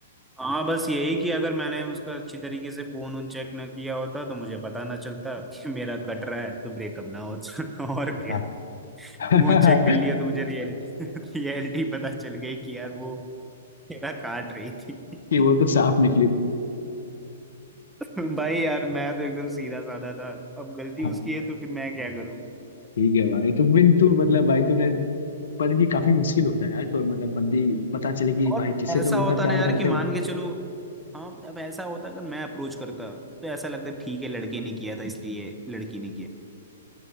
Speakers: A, in the centre; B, on the left.
A: हाँ बस यही कि अगर मैंने उसका अच्छी तरीके से फोन उन चेक ना किया होता तो मुझे पता ना चलता कि मेरा कट रहा है तो ब्रेकअप ना होता <laughs> और क्या
B: हाँ <laughs>
A: फोन चेक कर लिया तो मुझे रियल रियलिटी <laughs> पता चल गई कि यार वो मेरा काट रही थी
B: कि वो तो साफ निकली थी
A: <laughs> भाई यार मैं तो एकदम सीधा साधा था अब गलती
B: हाँ,
A: उसकी है तो फिर मैं क्या करूं
B: ठीक है भाई तो बिन तू मतलब भाई तूने पर ये काफी मुश्किल होता है यार तो मतलब बंदी पता चले कि
A: और
B: भाई जिसे
A: ऐसा
B: तुम इतना
A: होता
B: प्यार
A: ना यार
B: करते
A: कि मान
B: हो
A: के चलो हाँ अब ऐसा होता अगर मैं अप्रोच करता तो ऐसा लगता ठीक है लड़के ने किया था इसलिए लड़की ने किया